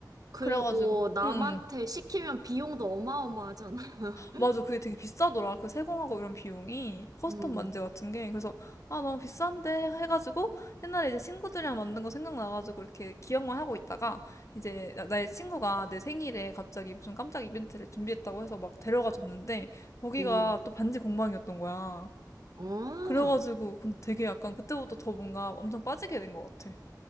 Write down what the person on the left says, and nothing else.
그래가지고,
응, 응.
맞아. 그게 되게 비싸더라. 그 세공하고 이런 비용이. 커스텀
만재 같은 게. 그래서, 아, 너무 비싼데? 해가지고, 옛날에 이제 친구들이랑 만든 거 생각나가지고, 이렇게 기억만 하고 있다가, 이제 나, 나의 친구가 내 생일에 갑자기 무슨 깜짝 이벤트를 준비했다고 해서 막 데려가 줬는데, 거기가
또 반지 공방이었던 거야.
그래가지고, 그 되게 약간 그때부터 더 뭔가 엄청 빠지게 된 것 같아.